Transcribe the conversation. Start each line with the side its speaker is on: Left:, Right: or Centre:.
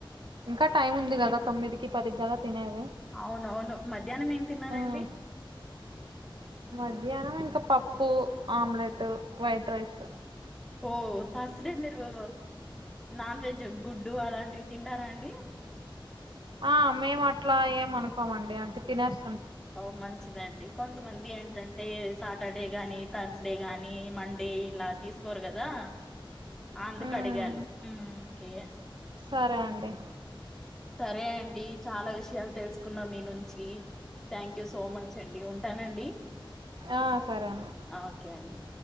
Right: ఇంకా టైం ఉంది కదా. తొమ్మిదికి, పదికి కదా. తినేది
Centre: అవునవును మధ్యాహ్నం ఏం తిన్నారండి.
Right: ఉమ్, మధ్యాహ్నం ఇంకా పప్పు, ఆమ్లెట్, వైట్ రైస్.
Centre: ఓ తర్స్ డే మీరు. నాన్ వెజ్ గుడ్డు అలాంటివి తింటారాండి.
Right: ఆ మేము అట్లా ఏమి అనుకోమండి. అంటే తినేస్
Centre: ఓ మంచిదండి. కొంతమంది ఏంటంటే సాటర్డే గాని, తర్స్ డే గాని, మండే ఇలా తీసు కోరు కదా అందుకు
Right: ఉమ్
Centre: అడిగాను. ఉ ఓకే.
Right: సరే అండి.
Centre: సరే అండి చాలా విషయాలు తెలుసుకున్నా మీ నుంచి. థ్యాంక్ యూ సో మచ్ అండి ఉంటానండి.
Right: ఆ సరే అండి
Centre: ఆ ఓకే అండి.